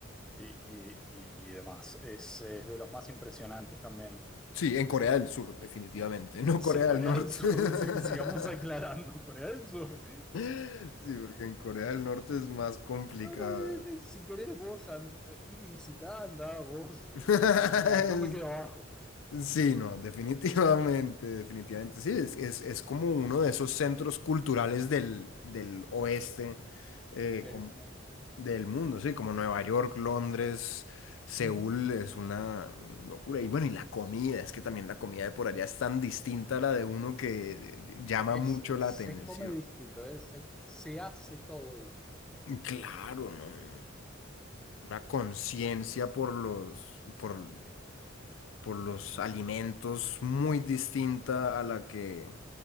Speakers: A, in the centre; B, on the left (about 75°).
A: y, y- y- y demás. Es, eh, es de los más impresionantes también.
B: sí, en Corea del Sur, definitivamente, <laughs> no
A: Sí,
B: Corea
A: Corea
B: del Norte.
A: del Sur,
B: <laughs>
A: <laughs> sí, sigamos aclarando, Corea del Sur.
B: Sí, porque en Corea del Norte es más complicado.
A: No, no, eh, si querés vos an- ir y visitar, andá vos eh,
B: <laughs>
A: y visitá, yo me quedo abajo.
B: Sí, no, definitivamente, definitivamente. Sí, es, es, es como uno de esos centros culturales del, del oeste, eh,
A: del mundo.
B: Del mundo, sí, como Nueva York, Londres, Seúl
A: Ujú.
B: es una locura. Y bueno, y la comida, es que también la comida de por allá es tan distinta a la de uno que eh, llama
A: Es,
B: mucho
A: es-
B: la
A: se
B: atención.
A: come distinto, es- se, se hace todo distinto.
B: Claro, no, no, una conciencia por los, por, por los alimentos muy distinta a la que...